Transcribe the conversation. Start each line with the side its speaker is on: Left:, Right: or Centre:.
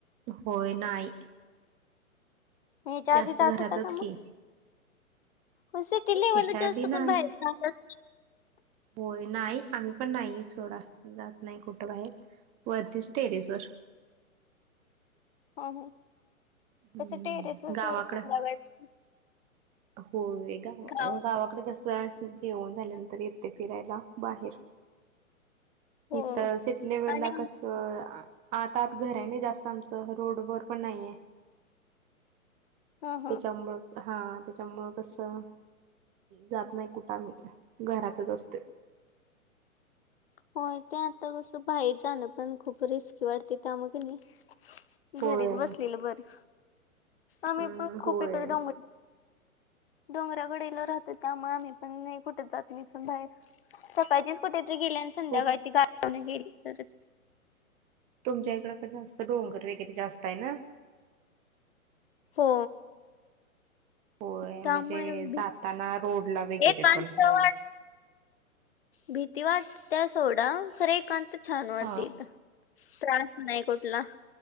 Right: होय नाही.
Left: मीजाधी
Right: जास्त
Left: जात
Right: घरातच
Left: होता का
Right: की
Left: मग. <inaudible> असं की
Right: ह्याच्या
Left: लेवल जास्त
Right: आधी नाही
Left: कोण बाहेर <inaudible>
Right: होय नाही आम्ही पण नाही सोडा, जात नाही कुठं बाहेर वरतीच टेरेस वर
Left: ह
Right: हम्म
Left: कसं टेरेस वर <inaudible>
Right: गावाकडं
Left: डव
Right: होय गाव
Left: गावात
Right: गावाकडे कस जेवन झाल्यानंतर येते फिरायला बाहेर.
Left: हो
Right: इथं सिटी लेवल
Left: आणि
Right: ला कसं? आत आत घर आहे नाही जास्त आमचं, रोड वर पण नाहीये
Left: हा हा
Right: त्याच्यामुळं हा, त्याच्यामुळं कसं जात नाही कुठं आम्ही घरातचं असते.
Left: होय, ते आता कसं बाहेर जाणं पण खूप रिस्की वाटते त्यामुळं किनी
Right: होय
Left: घरीच बसलेलं बरं. आम्ही
Right: अ
Left: पण खूप
Right: होय
Left: इकडे डोंगर डोंगराकडेला राहतो. त्यामुळे आम्ही पण नाही कुठे जात, मी पण बाहेर. सकाळचीच कुठेतरी गेली आणि संध्याकाळची
Right: हो
Left: गाडीवरून गेली तरच
Right: तुमच्या इकडं कसं असतं, डोंगर वगैरे जास्त आहे ना?
Left: हो.
Right: होय
Left: त्यामुळे
Right: म्हणजे
Left: भी-
Right: जाताना रोडला वगैरे
Left: एक माणसं
Right: पण, होय.
Left: भीती वाटत्या सोडा, खरं एकांत छान वाटते
Right: हा
Left: इथं. त्रास नाही कुठला,